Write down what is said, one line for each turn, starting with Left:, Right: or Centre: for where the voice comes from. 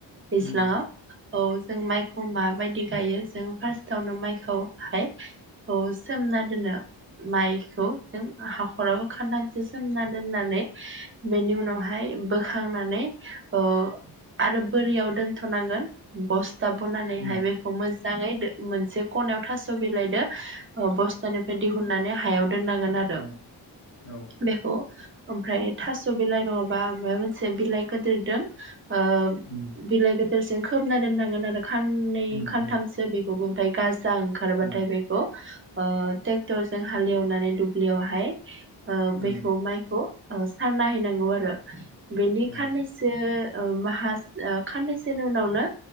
Right: दैज्लाङाव
Left: उम
Right: औ जों माइखौ माबायदि गायो जों फार्स्टावनो माइखौ खौ हाय अ सोमना दोनो माइखौ जों हाखराबो खान्थामसो सोमना दोननानै बेनि उनावहाय बोखांनानै ओ आरो बोरियाव दोनथ'नांगोन बस था बनानैहाय
Left: उम
Right: बेखौ मोजाङै दो मोनसे खनायाव थास' बिलाइदो अ बस्तानिफ्राय दिहुननानै हायाव दोननांगोन आरो
Left: औ औ
Right: बेखौ ओमफ्राय थास' बिलाइ नङाबा माबा मोनसे बिलाइखोदिरदों आ
Left: उम
Right: बिलाय गोदोर सो खोबना दोननांगोन आरो खाननै
Left: उम
Right: खानथामसो
Left: उम
Right: बेखौबो ओमफ्राय गाजा ओंखारबाथाय
Left: उम
Right: बे आ थेख थरजों हालेवनानै दुब्लियावहाय ओ
Left: उम
Right: बेखौ माइखौ औ साख नायहैनांगौ आरो बेनि
Left: उम
Right: खाननैसो औ माहास ओ खाननैसोनि उनावनो